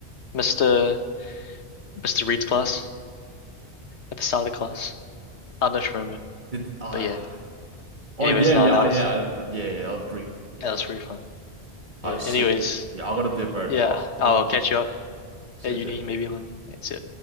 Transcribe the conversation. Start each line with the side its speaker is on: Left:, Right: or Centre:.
Left: Mr. Mr. Reed's class at the start of the class? I don't know if you remember,
Right: Did I?
Left: but yeah.
Right: oh
Left: Anyways,
Right: yeah
Left: nah,
Right: yeah
Left: that
Right: I-
Left: was
Right: yeah I, yeah yeah I'll brief yeah
Left: that was pretty fun. Yeah.
Right: I see
Left: Anyways,
Right: yeah I gotta do it, bro.
Left: yeah,
Right: Oh,
Left: I'll
Right: talk to you
Left: catch you up
Right: See
Left: at
Right: ya,
Left: uni
Right: see ya.
Left: maybe one. Yeah, see ya.